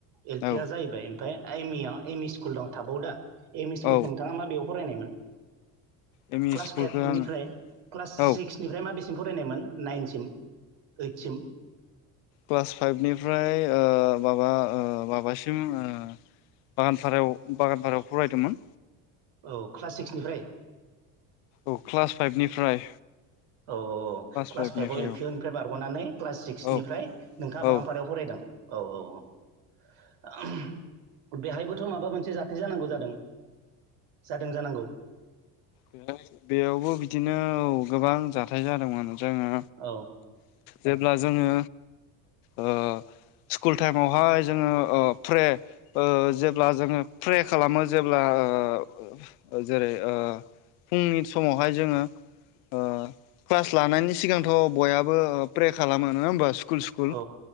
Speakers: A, on the right (about 75°); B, on the left (about 80°).
A: एल पि
B: औ
A: आ जाहैबाय ओमफ्राय एम इ आ एम इ स्कुल दं थाबाव दा। एम इ स्कुलखौ
B: औ
A: नोंथाङा मा बेयाव फरायनायमोन।
B: एम इ
A: क्लास
B: स्कुलखौ
A: फाइभनिफ्राय
B: आं
A: क्लास
B: औ
A: सिक्सनिफ्राय मा बेसे सिम फरायनायमोन नाइनसिम। ओइदसिम
B: क्लास फाइभनिफ्राय ओ माबा माबासिम ओ बागानपारायाव बागानपारायाव फरायदोंमोन।
A: औव क्लास सिक्सनिफ्राय
B: औव क्लास फाइभनिफ्राय
A: औ औ औ औ क्लास
B: फाइभनिफ्राय
A: फाइभआव एल
B: औ
A: पि निफ्राय बारग'नानै क्लास सिक्सनिफ्राय
B: औ
A: नोंथाङा
B: औ
A: बागानपारायाव फरायदों औ औ औ बेहायबोथ' माबा मोनसे जाथाय जानांगौ जादों। जादों जानांगौ।
B: बे बेयावबो बिदिनो औ गोबां जाथाय जादोंमोन जोङो
A: औ
B: जेब्ला जोङो ओ स्कुल टाइमावहाय जोङो ओ फ्रे ओ जेब्ला जोङो फ्रे खालामो जेब्ला ओ जेरै ओ फुंनि समावहाय जोङो ओ क्लास लानायनि सिगांथ' बयाबो प्रे खालामो नङा होमबा स्कुल स्कुल
A: औ